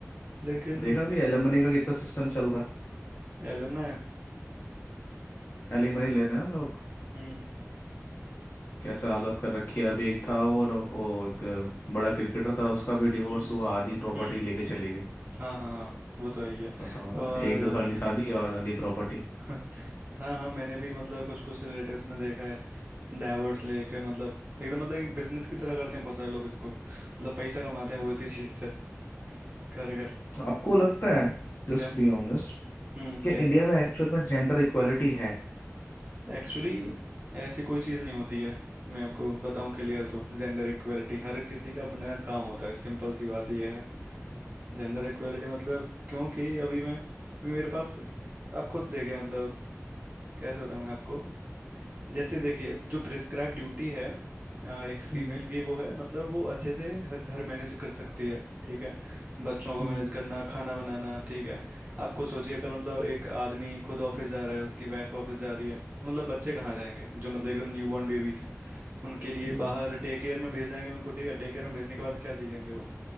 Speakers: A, on the right; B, on the left.
A: लेकिन
B: हैं देखा अभी एलिमनी का कितना सिस्टम चल रहा
A: एलमना है
B: है एलिमनी ले रहे हैं ना लोग
A: हम्म
B: कैसे हालत कर रखी है अभी एक था वो डॉ- वो एक बड़ा क्रिकेटर था उसका भी डिवोर्स
A: हम्म
B: हुआ आधी प्रॉपर्टी
A: हम्म
B: लेके चली गई
A: हाँ हाँ हाँ, वो तो है ही है
B: बताओ
A: और
B: एक दो साल की शादी और आधी प्रॉपर्टी
A: <laughs> हाँ हाँ मैंने भी मतलब कुछ कुछ रिलेटिव्स में देखा है डाइवर्स लेके मतलब एकदम मतलब एक बिजनेस की तरह करते हैं बहुत सारे लोग इसको मतलब पैसा कमाते हैं वो इसी चीज से कर करके
B: आपको लगता है जस्ट
A: क्या
B: बी ऑनेस्ट
A: हम्म
B: कि
A: क्या
B: इंडिया में एक्चुअल में जेंडर इक्वालिटी है
A: एक्चुअली ऐसी कोई चीज़ नहीं होती है मैं आपको बताऊं क्लियर तो जेंडर इक्वेलिटी हर किसी का अपना काम होता है सिंपल सी बात यह है जेंडर इक्वेलिटी मतलब क्योंकि अभी मैं क्योंकि मेरे पास आप खुद देखिए मतलब कैसे बताऊं मैं आपको जैसे देखिए जो प्रिस्क्राइब ड्यूटी है अ, एक फीमेल
B: हम्म
A: की वो है मतलब वो अच्छे से ह- घर मैनेज कर सकती है ठीक है बच्चों को
B: हम्म
A: मैनेज करना खाना बनाना ठीक है आप खुद सोचिए अगर मतलब एक आदमी खुद ऑफिस जा रहा है उसकी वाइफ ऑफिस जा रही है मतलब बच्चे कहाँ जाएंगे जो मतलब एकदम न्यूबॉर्न बेबीज हैं उनके लिए
B: हम्म।
A: बाहर डे केयर में भेज देंगे उनको ठीक है डे केयर में भेजने के बाद क्या सीखेंगे वो